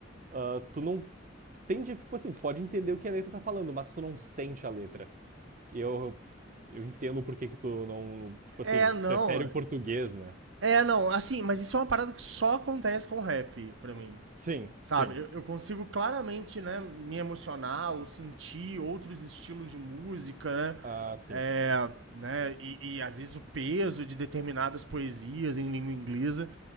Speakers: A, on the right (about 45°); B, on the right (about 80°).
A: ah, tu não. Tu tende, tipo assim, tu pode entender o que a letra tá falando, mas tu não sente a letra. E eu. Eu entendo por que que tu não. Tipo assim,
B: É, não.
A: prefere o português, né?
B: É, não, assim, mas isso é uma parada que só acontece com rap, pra mim.
A: Sim,
B: Sabe?
A: sim.
B: Eu, eu consigo claramente, né, me emocionar ou sentir outros estilos de música, né?
A: Ah, sim.
B: É, né e, e às vezes o peso de determinadas poesias em língua inglesa.